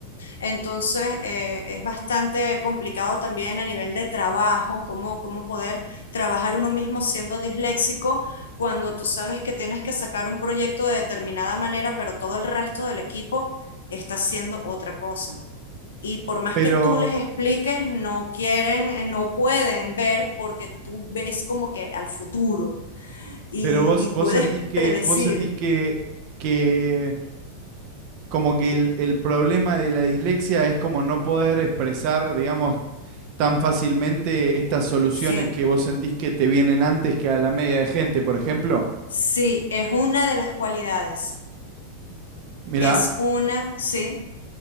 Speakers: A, on the left (about 65°); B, on the right (about 40°).
A: Entonces eh, es bastante complicado también a nivel de trabajo, cómo, cómo poder trabajar uno mismo siendo disléxico cuando tú sabes que tienes que sacar un proyecto de determinada manera, pero todo el resto del equipo está haciendo otra cosa. Y por más
B: Pero,
A: que tú les expliques, no quieren, eh, no pueden ver porque tú ves como que al futuro y,
B: pero vos,
A: y
B: vos
A: puedes
B: sentís que,
A: predecir,
B: vos sentís que, que como que el, el problema de la dislexia es como no poder expresar, digamos, tan fácilmente estas soluciones
A: sí,
B: que vos sentís que te vienen antes que a la media de gente, por ejemplo.
A: sí, es una de las cualidades,
B: Mirá,
A: es una, sí,